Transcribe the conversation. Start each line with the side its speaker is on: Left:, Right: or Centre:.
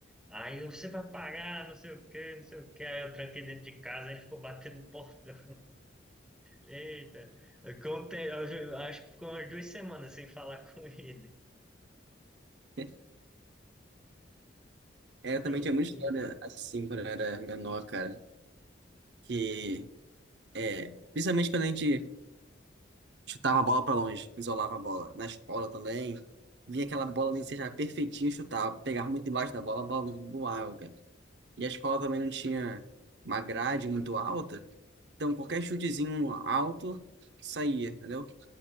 Centre: Aí eu, você vai pagar, não sei o quê, não sei o quê. Aí eu tranquei dentro de casa, aí ele ficou batendo no portão. Eita, Conte- eu ju- acho que ficou umas duas semanas sem falar <laughs> com ele.
Right: <laughs> É, eu também
Centre: É loucura,
Right: tinha muita história
Centre: pô.
Right: assim quando eu era menor, cara. Que É, principalmente quando a gente chutava a bola pra longe, isolava a bola. Na escola também, vinha aquela bola ali, seja perfeitinho, chutava, pegava muito debaixo da bola, a bola voava, cara. E a escola também não tinha uma grade muito alta, então qualquer chutezinho alto saía, entendeu?